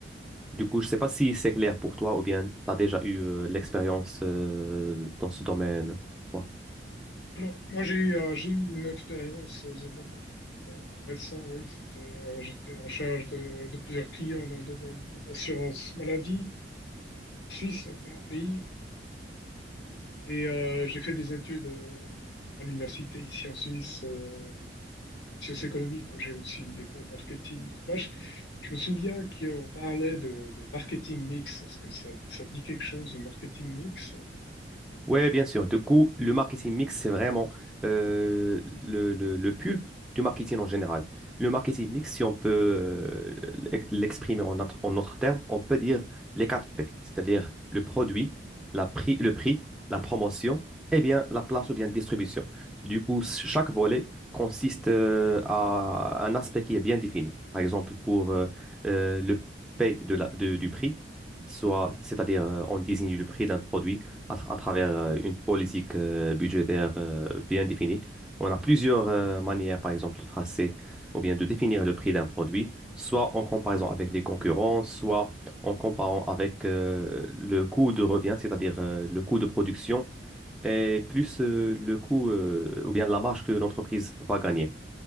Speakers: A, in the centre; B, on the left.
A: Du coup, je sais pas si c'est clair pour toi ou bien tu as déjà eu euh, l'expérience euh, dans ce domaine. Ouais.
B: Alors, moi, j'ai eu, euh, j'ai eu une expérience dans un domaine euh, récent, oui, c'était, euh, j'étais en charge de, de plusieurs clients dans le domaine des assurances maladie en Suisse, donc dans mon pays. Et euh, j'ai fait des études euh, à l'université ici en Suisse, euh, sciences économiques, où j'ai aussi eu des cours de marketing. Donc moi, je, je me souviens qu'on parlait de, de marketing mix. Est-ce que ça, ça te dit quelque chose, le marketing mix?
A: Ouais, bien sûr. Du coup, le marketing mix, c'est vraiment euh, le, le, le pulpe du marketing en général. Le marketing mix, si on peut euh, l'ex- l'exprimer en notre, en notre terme, on peut dire les 4 P, c'est-à-dire le produit, la prix, le prix, la promotion, et bien la place ou bien distribution. Du coup, ch- chaque volet consiste euh, à un aspect qui est bien défini. Par exemple, pour euh, euh, le P de la, de- du prix, soit, c'est-à-dire euh, on désigne le prix d'un produit à, tra- à travers euh, une politique euh, budgétaire euh, bien définie. On a plusieurs euh, manières, par exemple, de tracer ou bien de définir le prix d'un produit, soit en comparaison avec les concurrents, soit en comparant avec euh, le coût de revient, c'est-à-dire euh, le coût de production, et plus euh, le coût euh, ou bien la marge que l'entreprise va gagner.